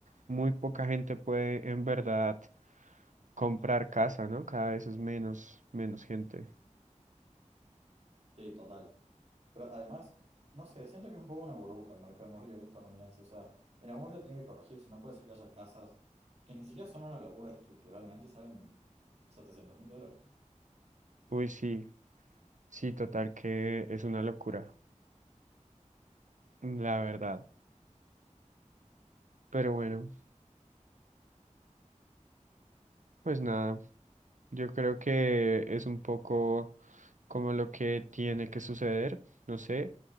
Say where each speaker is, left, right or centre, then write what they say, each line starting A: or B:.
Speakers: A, on the right; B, on the right.
A: muy poca gente puede en verdad comprar casa, ¿no? Cada vez es menos, menos gente.
B: Sí, total. Pero además, no sé, siento que es un poco una burbuja el mercado inmobiliario estadounidense. O sea, en algún momento tiene que corregirse. No puede ser que haya casas que ni siquiera son una locura estructuralmente y salen setecientos mil dólares.
A: Uy, sí, sí, total que es una locura, la verdad. Pero bueno, pues nada, yo creo que es un poco como lo que tiene que suceder, no sé.